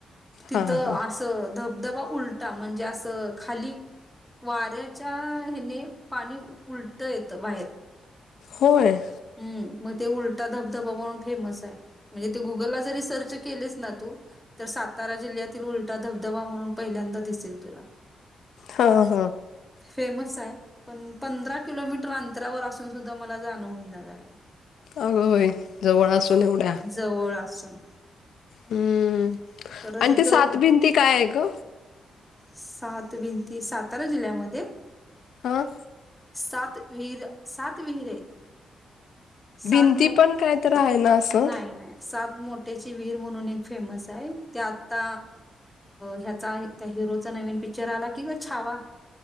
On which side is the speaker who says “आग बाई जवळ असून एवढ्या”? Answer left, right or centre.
Left